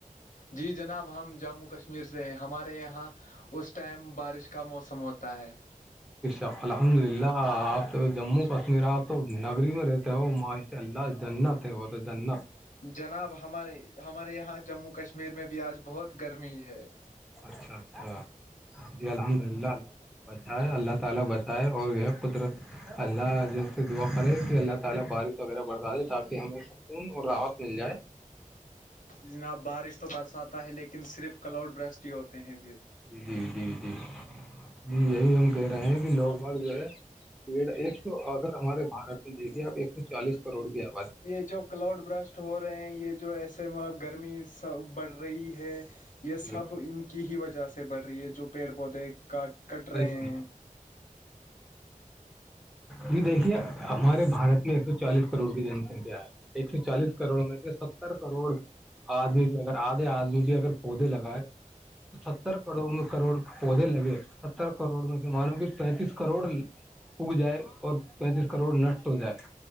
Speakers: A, on the left (about 70°); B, in the centre.
A: جی جناب ہم جموں کشمیر سے ہمارے یہاں اس ٹائم بارش کا موسم ہوتا ہے
B: ا الحمد للہ آپ تو جموں کشمیر آپ تو نگری میں رہتے ہوش اللہ جنت ہے وہ تو جنت
A: جناب ہمارے ہمارے یہاں جموں کشمیر میں بھی آج بہت گرمی ہے
B: اچھا اچھا جی الحمد اللہ اللہ تعالی اللہ تعالی بتائیں اور قدرت اللہ سے دعا کریں کہ اللہ تعالی بارک وغیرہ برکا دے تاکہ ہم سکون اور راحت مل جائے
A: جناب بارش تو برساتا ہے لیکن صرف کلاؤڈ برسٹ ہی ہوتے ہیں پھر
B: جی جی جی جی جی یہی ہم کہہ رہے ہیں کہ لوگ بھگ جو ہے پیڑ ایک سو اگر ہمارے بھارت میں دیکھیے آپ ایک سو چالیس کروڑ گیا
A: یہ جو کلاؤڈ براسٹ ہو رہے ہیں یہ جو ایسے مطلب گرمی س بڑھ رہی ہے یہ سب
B: جی جی
A: ان کی ہی وجہ سے بڑھ رہی ہے جو پیڑ پودے کاٹ کٹ رہے
B: بالکل
A: ہیں
B: جی دیکھیے ہمارے بھارت میں ایک سو چالیس کروڑ کی جن سنکھیا ہے ایک سو چالیس کروڑ میں ستر کروڑ آجمیی اگر آھے آو جی اگر پودے لگائے ستر کروڑ کروڑ پودے لگے ستر کروڑ میں سے مانو کہ پینتیس کروڑ اگ جائے اور پینتیس کروڑ نشٹ ہو جائے